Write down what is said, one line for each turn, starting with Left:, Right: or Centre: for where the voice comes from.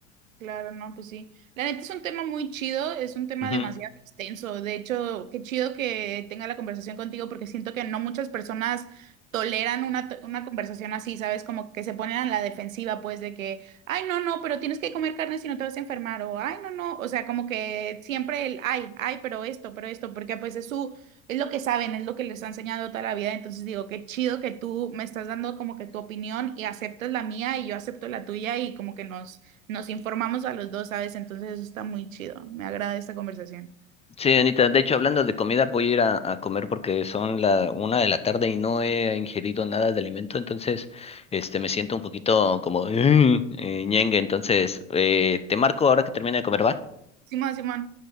Right: Claro, no, pues sí. La neta es un tema muy chido, es un tema
Left: Ujú.
Right: demasiado extenso. De hecho, qué chido que tenga la conversación contigo porque siento que no muchas personas toleran una, to- una conversación así, ¿sabes? Como que se ponen a la defensiva, pues, de que, ay, no, no, pero tienes que comer carne si no te vas a enfermar, o ay, no, no, o sea, como que siempre el, ay, ay, pero esto, pero esto, porque pues es su, es lo que saben, es lo que les ha enseñado toda la vida. Entonces digo, qué chido que tú me estás dando como que tu opinión y aceptas la mía y yo acepto la tuya y como que nos nos informamos a los dos, ¿sabes? Entonces eso está muy chido. Me agrada esta conversación.
Left: Sí, Anita, de hecho, hablando de comida, voy a ir a, a comer porque son la una de la tarde y no he ingerido nada de alimento, entonces este me siento un poquito como eh, eh, ñengue, entonces eh, te marco ahora que termine de comer, ¿va?
Right: Simón, Simón,